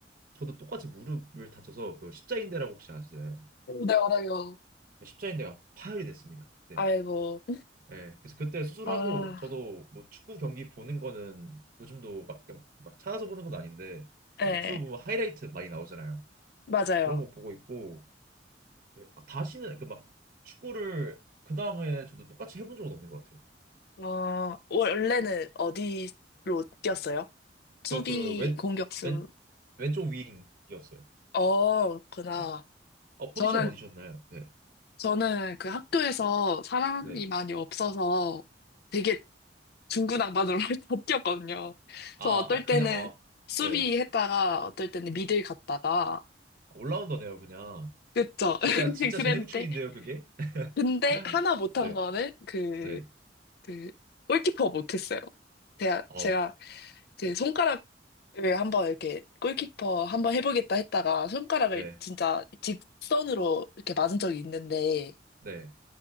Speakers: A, on the right; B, on the left.
A: 저도 똑같이 무릎을 다쳐서 그 십자인대라고 혹시 아시나요?
B: 네, 알아요.
A: 저 십자인대가 파열이 됐습니다. 그때.
B: 아이고.
A: 예. 그래서 그때 수술하고
B: 아,
A: 저도 뭐 축구 경기 보는 거는 요즘도 막, 이렇게 막, 막 찾아서 보는 건 아닌데
B: 네.
A: 막 유튜브 뭐 하이라이트 많이 나오잖아요.
B: 맞아요.
A: 그런 거 보고 있고 예, 아, 다시는 그막 축구를 그 다음에 저도 똑같이 해본 적은 없는 것 같아요.
B: 어, 원래는 어디로 뛰었어요?
A: 저
B: 수비,
A: 그 왼,
B: 공격수.
A: 왼, 왼쪽 윙이었어요.
B: 어, 그렇구나.
A: 네. 어, 포지션
B: 저는,
A: 어디셨나요? 네.
B: 저는 그 학교에서 사람이
A: 네.
B: 많이 없어서 되게 중구난방으로 <laughs> 바뀌었거든요.
A: 아,
B: 그래서 어떨
A: 아 그냥
B: 때는
A: 아,
B: 수비했다가
A: 네.
B: 어떨 때는 미들 갔다가
A: 아, 올라운더네요, 그냥.
B: 그쵸.
A: 진짜
B: <laughs>
A: 진짜
B: 그랬는데
A: 재능충인데요, 그게. <laughs>
B: 근데 하나 못한
A: 네,
B: 거는 그,
A: 네,
B: 그 골키퍼 못했어요. 제가,
A: 아,
B: 제가 제 손가락을 한번 이렇게 골키퍼 한번 해보겠다 했다가 손가락을
A: 네,
B: 진짜 직선으로 이렇게 맞은 적이 있는데
A: 네,